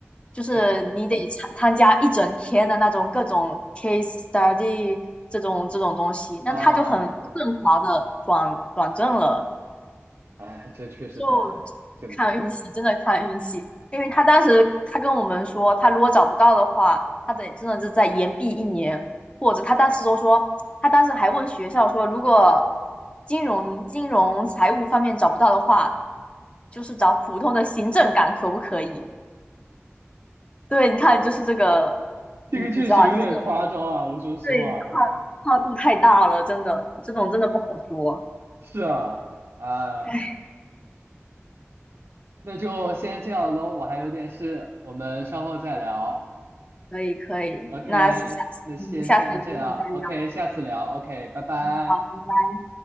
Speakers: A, on the left; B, on the right.
A: 就是你得参参加一整天的那种各种
B: 很难
A: case study 这种这种东西，
B: 啊，
A: 那他就很顺滑的转转正了。
B: 对，哎，这确实太难了，
A: 就
B: 这没办法。
A: 看运气，真的看运气。因为他当时他跟我们说，他如果找不到的话，他得真的就再延毕一年，或者他当时都说，他当时还问学校说，如果金融、金融财务方面找不到的话，就是找普通的行政岗可不可以？对，你看就是这个，
B: 这个确实有点夸张啊，
A: 你你知道，就是
B: 我说实话啊，
A: 对跨跨度太大了，真的这种真的不好说。
B: 是啊，哎，
A: 哎
B: 那就先这样喽，我还有点事，我们稍后再聊。
A: 可以可以，
B: OK，
A: 那下下次嗯下次有机会再聊。
B: 那先先这样，OK，下次聊，OK，拜拜。
A: 嗯好，拜拜。